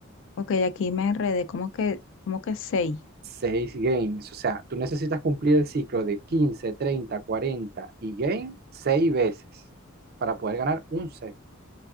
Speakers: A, on the left; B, on the right.
A: ok, aquí me enredé, como que, como que seis.
B: seis games. O sea, tú necesitas cumplir el ciclo de 15, 30, 40 y game seis veces para poder ganar un set.